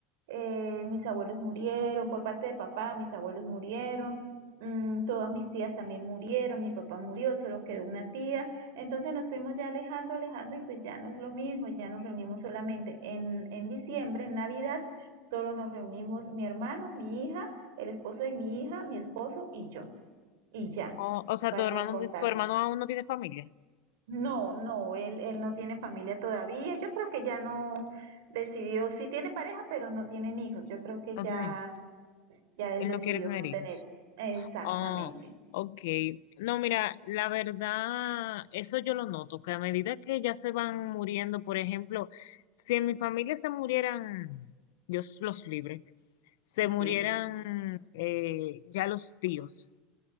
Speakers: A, on the right; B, on the left.
A: eh, mis abuelos murieron, por parte de papá, mis abuelos murieron, mm, todas mis tías también murieron, mi papá murió, solo quedó una tía, entonces nos fuimos ya alejando, alejando y pues ya no es lo mismo, ya nos reunimos solamente en, en diciembre, en Navidad, solo nos reunimos mi hermano, mi hija, el esposo de mi hija, mi esposo y yo, y ya,
B: O, o sea,
A: pare
B: tu hermano,
A: de contar.
B: tu hermano aún no tiene familia,
A: No, no, él, él no tiene familia todavía, yo creo que ya no decidió, sí tiene pareja, pero no tienen hijos, yo creo que
B: no
A: ya
B: tiene,
A: ya él
B: él
A: decidió
B: no quiere tener
A: no
B: hijos.
A: tener. Exactamente.
B: Ah, ok. No, mira, la verdad, eso yo lo noto, que a medida que ya se van muriendo, por ejemplo, si en mi familia se murieran, Dios los libre, se
A: Uy,
B: murieran
A: sí,
B: eh, ya los tíos